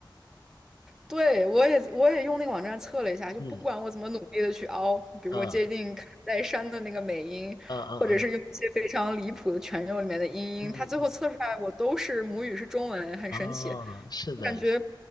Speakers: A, in the centre; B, on the left.
A: 对，我也我也用那个网站测了一下，就不管我怎么努力的去凹，
B: 嗯，
A: 比如说接近卡戴珊的那个美音，
B: 嗯嗯嗯
A: 或者是用一些非常离谱的全用里面的音音，
B: 嗯嗯嗯，
A: 它最后测出来我都是母语是中文，很神奇。
B: 嗯哦，是的，
A: 我感觉